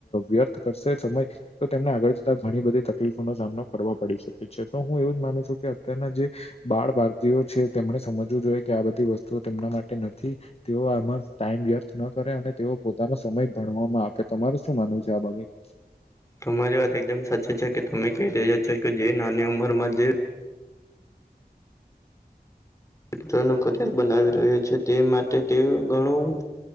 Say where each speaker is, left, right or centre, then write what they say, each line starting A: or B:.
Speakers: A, on the left (about 40°); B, on the left (about 20°).
A: વ્યર્થ કરશે સમય તો તેમને આગળ જતા ઘણી બધી તકલીફોનો સામનો કરવો પડી શકે છે, તો હું એવું જ માનું છું કે અત્યારના જે બાળ ભારતીયો છે તેમને સમજવું જોઈએ કે આ બધી વસ્તુઓ તેમના માટે નથી. તેઓ આમાં ટાઈમ વ્યસ્થ ન કરે અને તેઓ પોતાનો સમય ભણવામાં આપે, તમારે શું માનવું છે આ બાબત?
B: તમારી વાત એકદમ સાચી છે કે તમે કય રહિયા છો કે જે નાની ઉંમરમાં જે <unintelligible> બનાવી રહ્યો છે તે માટે તે ઘણું